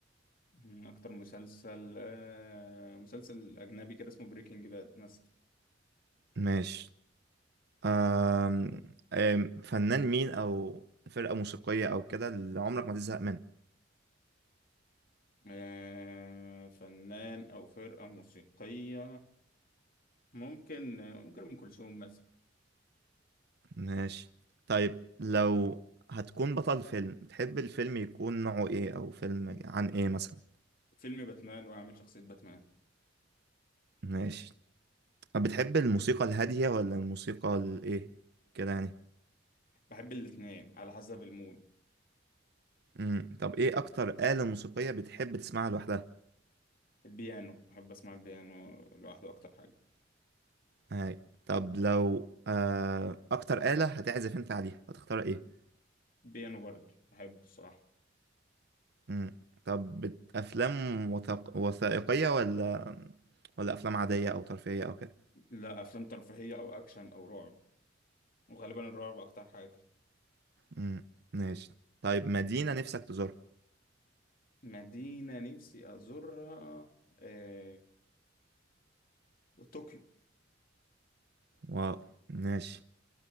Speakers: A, on the left; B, on the right.
A: من اكتر مسلسل آه، مسلسل اجنبي كده اسمه بريكنج باد مثلا
B: ماشي آم، آم، فنان مين او فرقة موسيقية او كده اللي عمرك ما تزهق منه
A: آه، فنان او فرقه موسيقيه ممكن ممكن ام كلثوم مثلا
B: ماشي طيب لو هتكون بطل فيلم تحب الفيلم يكون نوعه ايه او فيلم عن ايه مثلا
A: فيلم باتمان وهعمل شخصيه باتمان
B: ماشي بتحب الموسيقى الهادية ولا الموسيقى الايه كده يعني
A: بحب الاتنين على حسب المود
B: مم. طب ايه اكتر آلة موسيقية بتحب تسمعها لوحدها
A: البيانو بحب اسمع البيانو لوحده اكتر حاجه
B: هاي طب لو آه، اكتر آلة هتعزف انت عليها هتختار ايه
A: بيانو برضه بحبه الصراحه
B: مم. طب بت- افلام وثق... وثائقية ولا ولا افلام عادية او ترفيهية او كده
A: لا افلام ترفيهيه او اكشن او رعب وغالبا الرعب اكتر حاجه
B: مم. ماشي طيب مدينة نفسك تزورها
A: مدينه نفسي ازورها آه... طوكيو
B: واو ماشي